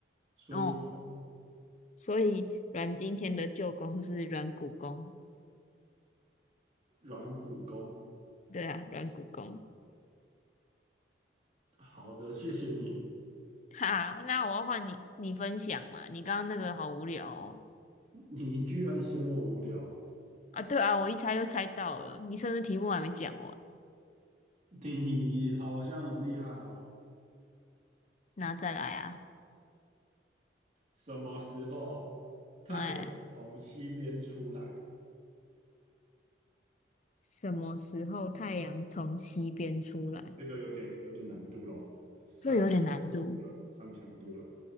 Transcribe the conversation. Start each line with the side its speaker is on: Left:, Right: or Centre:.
Right: 所以呢，
Left: 哦，所以阮经天的舅公是阮古公，
Right: 软骨肱。
Left: 对啊，阮古公。
Right: 好的，谢谢你，
Left: <laughs> 哈，那我要换你，你分享嘛。你刚刚那个好无聊哦。
Right: 你居然嫌我无聊，
Left: 啊，对啊，我一猜就猜到了，你甚至题目还没讲完，
Right: 你好像很厉害哦。
Left: 那再来啊。
Right: 什么时候太阳从西边出来？
Left: 哎，什么时候太阳从西边出来？
Right: 这个有点有点难度喽，上强度了，
Left: 这有点难度。
Right: 上强度了。